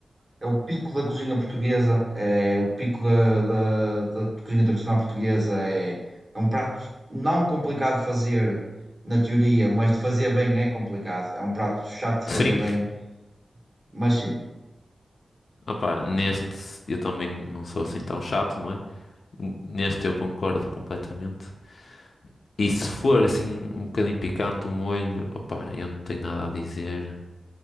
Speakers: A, on the right; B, on the left.
A: é o pico da cozinha portuguesa, é o pico da, da, da cozinha tradicional portuguesa, é, é um prato não complicado de fazer na teoria, mas de fazer bem é complicado, é um prato chato de
B: Sim,
A: fazer bem, mas sim,
B: Opá, neste eu também não sou assim tão chato, não é? N- Neste eu concordo completamente. E se for assim um bocadinho picante o molho, opá, eu não tenho nada a dizer.